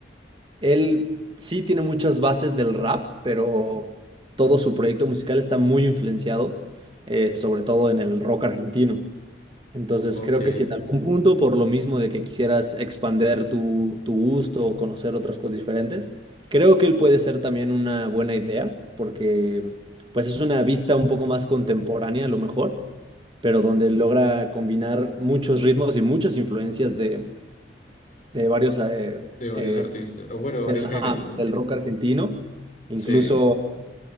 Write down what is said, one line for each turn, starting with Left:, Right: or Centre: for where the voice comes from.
Right: Él sí tiene muchas bases del rap, pero todo su proyecto musical está muy influenciado, eh, sobre todo en el rock argentino. Entonces,
Left: Ok,
Right: creo
Left: de
Right: que si en algún punto, por lo mismo de que quisieras expander tu, tu gusto o conocer otras cosas diferentes, creo que él puede ser también una buena idea, porque pues es una vista un poco más contemporánea a lo mejor, pero donde logra combinar muchos ritmos y muchas influencias de, de varios eh,
Left: varios
Right: eh,
Left: artistas, o bueno, de varios
Right: del, ajá,
Left: géneros, ¿no?
Right: del rock argentino, incluso
Left: Sí,